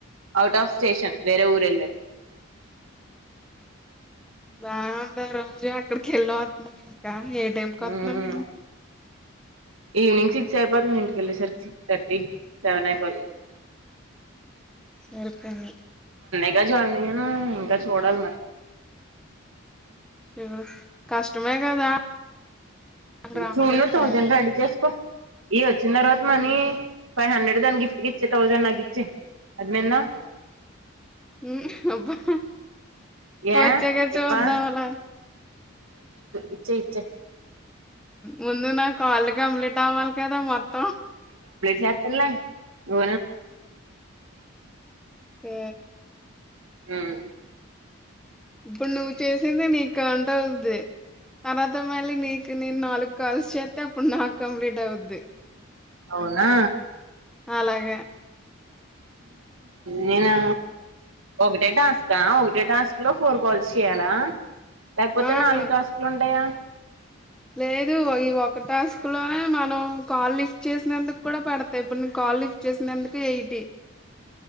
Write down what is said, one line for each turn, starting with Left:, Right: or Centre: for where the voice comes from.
Right: ఔట్ ఆఫ్ స్టేషన్ వేరే ఊరెళ్ళార్
Centre: బానే ఉంది రోజు అక్కడికి వెళ్ళి వస్తున్నావ్ ఇంకా ఏ టైం కోత్నవ్
Right: ఉమ్ ఈవినింగ్ సిక్స్ అయిపోతుంది ఇంటికెల్లెసర్కి సిక్స్ థర్టీ సెవెన్ అయిపోది
Centre: సరిపోయింది
Right: ఇంకా జాయిన్ అయ్యాను ఇంకా చూడాలి మరీ
Centre: ఇగ కష్టమే కదా వాళ్ళు రావాలంటే
Right: ఫోన్ లో థౌసండ్ రెడీ చేసుకో ఇ వచ్చిన తర్వాత మనీ ఫైవ్ హండ్రెడ్ దాన్ని గిఫ్ట్కి ఇచ్చేయ్ థౌజండ్ నాకు ఇచ్చేయ్ అర్థమైందా
Centre: హ్మ్ అబ్బా
Right: ఏ
Centre: వచ్చాక చూద్దాం
Right: ఇవ్వా
Centre: లే
Right: ఇచ్చే ఇచ్చే
Centre: ముందు నా కాల్లు కంప్లీట్ అవ్వాలి కదా మొత్తం
Right: చేస్తర లే <unintelligible>
Centre: ఏ
Right: హ్మ్
Centre: ఇప్పుడు నువ్వు చేసిందే నీకు అంటవుద్ది తర్వాత మళ్ళీ నీకు నేను నాలుగు కాల్స్ చేస్తే అప్పుడు నాకు కంప్లీట్ అవుద్ది.
Right: అవునా
Centre: అలాగే
Right: నేను ఒకటే టాస్కా ఒకటే టాస్క్లో ఫోర్ కాల్స్ చెయాలా లేకపోతే
Centre: ఆ
Right: నాలుగు టాస్కులు ఉంటాయా
Centre: లేదు ఈ ఒక టాస్కులోనే మనం కాల్ లిఫ్ట్ చేసినందుకు కూడా పడతాయి ఇప్పుడు నీకు కాల్ లిఫ్ట్ చేసినందుకు ఎయిటి